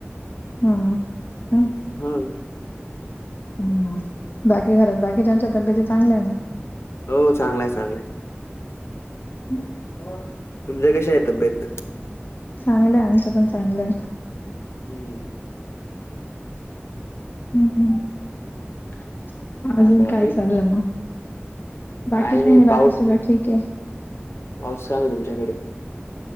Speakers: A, on the left (about 50°); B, on the left (about 75°).
A: हम्म हं.
B: हम्म
A: हम्म. बाकी घरात बाकीच्यांच्या तब्येती चांगल्या आहे ना.
B: हो चांगल आहे चांगल आहे.
A: <unintelligible>
B: तुमच्या कशा आहे तब्येत.
A: चांगलं आहे आमचं पण चांगलं आहे.
B: हम्म
A: हम्म हम्म अजून
B: म्हणता बाकी
A: काय चालू आहे मग. बाकी
B: काय
A: काही नाही बाकी
B: पाऊस
A: सगळं ठीक आहे.
B: पाऊस आहे ना तुमच्याकडे.